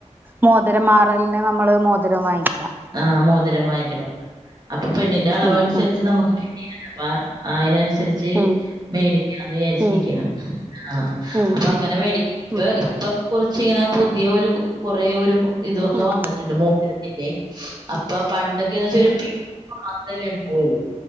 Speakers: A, on the right (about 15°); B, on the right (about 35°).
A: മോതിരം മാറല് പിന്നെ നമ്മള് മോതിരവാങ്ങി
B: ആഹ മോതിരം വാങ്ങിക്കണം അപ്പൊ പെണ്ണിന്റെ അളവ്
A: ഉം
B: അനുസരിച്ച്
A: ഉം
B: നമുക്ക് കിട്ടിയിട്ടിണ്ട് അപ്പ അയിന് അനു അനുസരിച്ച്
A: ഉം
B: മേടിക്കാന്ന് വിചാരിച്ചിരിക്കാണ്
A: ഉം
B: ആ
A: ഉം
B: അപ്പൊ
A: ഉം
B: അങ്ങനെ മേടിക്കണെങ്കെ
A: ഉം
B: ഇപ്പൊ കുറച്ചിങ്ങനെ പുതിയ ഒരു കൊറേ ഒരു ഇതുവൊക്കെ
A: ഉം
B: വന്നിട്ടുണ്ട് മോ എടുക്കല്ലേ അപ്പൊ പണ്ടൊക്കെന്ന് വെച്ചാ <inaudible> മാത്രല്ലേ <unintelligible>